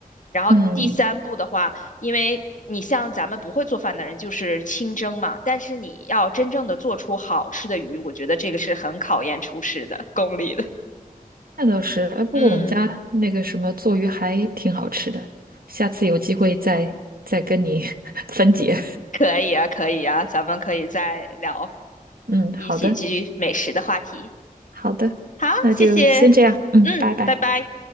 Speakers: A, on the left; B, on the right.
A: 然后第三步的话，
B: 嗯，
A: 因为你像咱们不会做饭的人，就是清蒸嘛，但是你要真正的做出好吃的鱼，我觉得这个是很考验厨师的功力的。
B: 那倒是。哎，不过我们家那个什么做鱼还挺好吃的，
A: 嗯，
B: 下次有机会再再跟你 <laughs> 分解。
A: 可以啊，可以啊，咱们可以再聊，
B: 嗯，好的
A: 一起继续美食的话题。
B: 好的，
A: 好，
B: 那就先这样。
A: 谢谢，
B: 嗯，
A: 嗯，
B: 拜拜。
A: 拜拜。